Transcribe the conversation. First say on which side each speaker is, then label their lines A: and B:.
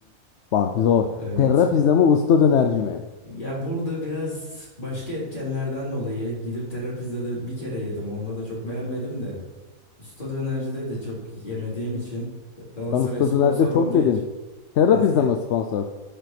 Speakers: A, on the left (about 65°); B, on the left (about 35°).
A: Bak zor.
B: Evet.
A: Terra pizza mı usta dönerci mi?
B: Ya burada biraz başka etkenlerden dolayı gidip terapizde de bir kere yedim. Onunla da çok beğenmedim de. Usta dönercide de çok yemediğim için Galatasaray
A: Ben usta
B: sponsor
A: dönerci
B: olduğu
A: çok yedim.
B: için
A: Terra
B: nasıl
A: pizza
B: ye?
A: mı sponsor?